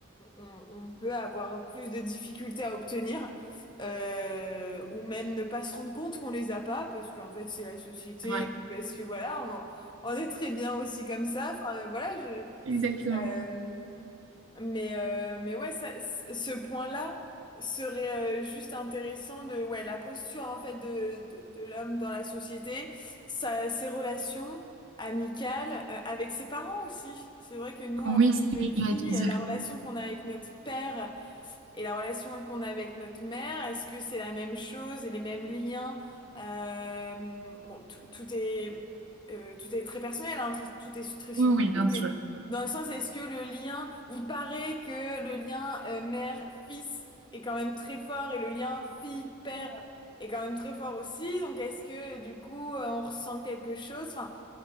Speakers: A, on the left; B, on the right.
A: on, on peut avoir plus de difficultés à obtenir euh, ou même ne pas se rendre compte qu'on les a pas parce qu'en fait c'est la société
B: c'est vrai.
A: et puis parce que voilà on, on est très bien aussi comme ça enfin euh, voilà je
B: Exactement.
A: euh, mais euh, mais ouais ça, c- ce point-là serait euh, juste intéressant de ouais la posture en fait de de, de l'homme dans la société sa, ses relations amicales euh, avec ses parents aussi c'est vrai que nous en
B: Oui,
A: tant
B: c'est ce
A: que
B: que
A: filles
B: j'allais te dire.
A: la relation qu'on a avec notre père et la relation qu'on a avec notre mère, est-ce que c'est la même chose et les mêmes liens? Euh, bon, tout, tout est, euh, tout est très personnel, hein, très- tout est su- très subjectif,
B: Oui, oui, bien
A: mais
B: sûr.
A: dans le sens, est-ce que le lien, il paraît que le lien euh, mère-fils est quand même très fort et le lien fille-père est quand même très fort aussi, donc est-ce que du coup euh, on ressent quelque chose? Enfin,